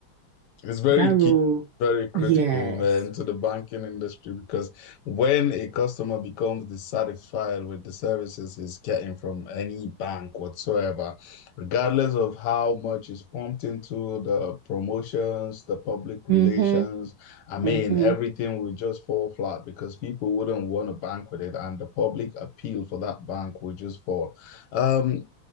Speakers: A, on the left; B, on the right.
A: It's very
B: that
A: key,
B: role.
A: very critical,
B: Yes.
A: man, to the banking industry because when a customer becomes dissatisfied with the services he's getting from any bank whatsoever, regardless of how much is pumped into the promotions, the public relations,
B: Mm-hmm.
A: I mean,
B: Mm-hmm.
A: everything will just fall flat because people wouldn't want to bank with it, and the public appeal for that bank will just fall. Um,